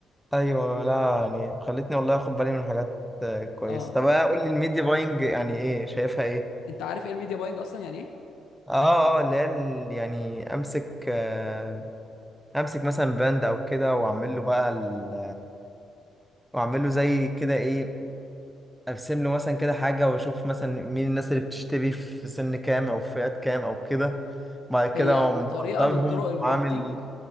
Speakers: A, in the centre; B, on the left.
A: ايوه لا يعني خليتني والله اخد بالي من حاجات آه، كويسه
B: اه
A: طب آه، قول
B: ك...
A: لي الميديا باينج يعني ايه شايفها ايه
B: انت عارف ايه الميديا باينج اصلا يعني ايه
A: اه اه اللي هي ال- يعني امسك آه، امسك مثلا باند او كده واعمل له بقى ال... واعمل له زي كده ايه ارسم له مثلا كده حاجه واشوف مثلا مين الناس اللي بتشتري في سن كام او في فئات كام او كده بعد كده
B: هي
A: اقوم
B: طريقة
A: مختارهم
B: من طرق الماركتينج
A: وعامل